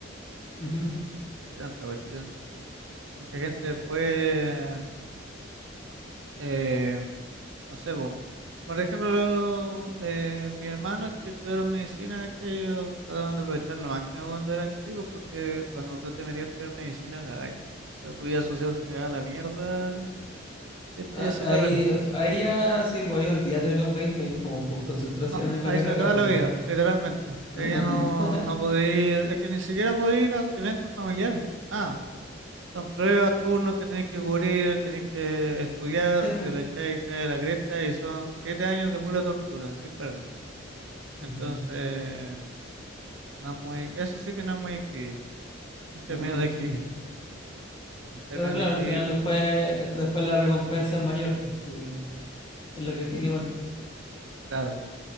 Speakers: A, on the left; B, on the right.
A: Ujú.
B: Qué tanta cuestión. Mucha gente después, eh, no sé, po, Por ejemplo, eh, mi hermano que estudiaron medicina, ¿cachai? Ellos trataron de aprovechar lo máximo cuando eran chicos, porque cuando tú te metías a estudiar medicina, cagáis. O sea, tu vida social se da a la mierda si estudias
A: A-
B: esa
A: Ahí,
B: carrera.
A: ahí ya, sí, pues ahí olvídate de los veinte ahí es como full concentración
B: No,
A: en
B: ahí
A: la carrera.
B: se acaba la
A: po.
B: vida, literalmente.
A: <laughs>
B: Ella no, no podía ir, es que ni siquiera podía ir a eventos familiares. ah son pruebas, turnos que tenés que cubrir, tenés que estudiar,
A: Sí,
B: si
A: pues.
B: te lo echáis, te da la cresta, y son siete años de pura tortura, sin parar. Entonces.
A: Ujú.
B: No es muy, eso sí que no es muy escribir. En términos
A: No me equi-
B: de escribir, en términos
A: Pero claro,
B: de escribir,
A: al final
B: no
A: después,
B: es muy
A: después la recompensa es mayor, pues, sí, es lo que tiene igual.
B: claro.